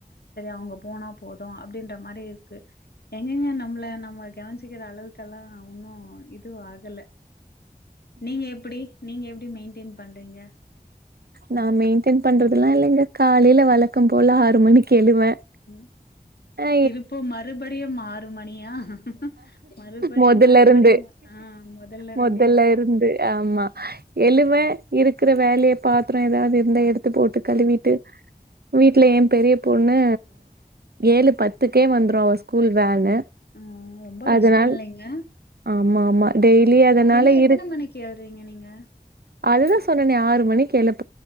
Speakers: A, on the left; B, on the right.
A: சரி அவங்க போனா போதும் அப்டின்ற மாரி இருக்கு எங்கெங்க நம்மள நம்ம கவுன்ச்சுக்கற அளவுக்கல்லாம் நா ஒன்னும் இது ஆகல நீங்க எப்டி நீங்க எப்டி மெயின்டெயின் பண்றீங்க
B: நா மெயின்டெய்ன் பண்றதுல்லா இல்லிங்க காலேல வழக்கம் போல ஆறு மணிக்கு எழுவேன்
A: உம்
B: அ
A: திருப்ப மறுபடியும் ஆறு மணியா மறுபடியும்
B: மொதல்லருந்து
A: மறுபடியும் ஆ முதல்ல இருந்தே
B: மொதல்ல
A: வா
B: இருந்து ஆமா எழுவன் இருக்கற வேலய பாத்திரம் ஏதாது இருந்த எடுத்து போட்டு கழுவிட்டு வீட்ல என் பெரிய பொண்ணு ஏழு பத்துக்கே வந்துரும் அவ ஸ்கூல் வேனு
A: ஆ ரொம்ப
B: அதனால
A: கஷ்டம் இல்லைங்க
B: ஆமா ஆமா டெய்லி அதனால
A: அப்டின்னா எத்தன
B: இருக்
A: மணிக்கு எழுறீங்க நீங்க
B: அதுதா சொன்னனே ஆறு மணி எழுப்